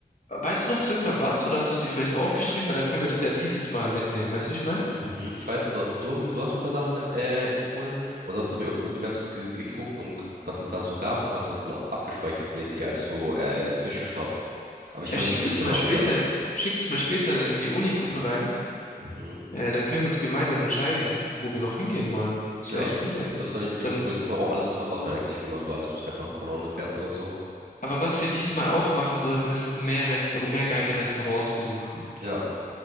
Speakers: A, on the left (about 55°); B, on the right (about 65°).
A: Weißt du noch circa was? Oder hast du es dir vielleicht aufgeschrieben? Weil dann können wir das ja dieses Mal mitnehmen. Weißt du, wie ich meine?
B: Mhm. Ich weiß noch, du hast, du, du hast mir ein paar Sachen äh, empfohlen und sonst habe ich auf Google Maps ge geguckt und geguckt, was es da so gab und habe das dann abgespeichert mäßig als so äh, Zwischenstopp. Aber ich
A: Er
B: kann
A: schickt
B: mich nicht mehr
A: es
B: so genau
A: mal später,
B: erinnern.
A: schickt es mal später in die Uni-Gruppe rein.
B: Mhm.
A: Äh, dann können wir uns gemeinsam entscheiden, wo wir noch hingehen wollen. Das
B: Ja,
A: wäre echt gut eigentlich.
B: das fand ich echt
A: Dann,
B: cool. Das kann man auch alles zusammen machen eigentlich, wenn man so alles einfach in Kolonne fährt oder so.
A: aber was wir diesmal auch machen sollten, ist mehr Restaurant, mehr geile Restaurants besuchen.
B: Ja,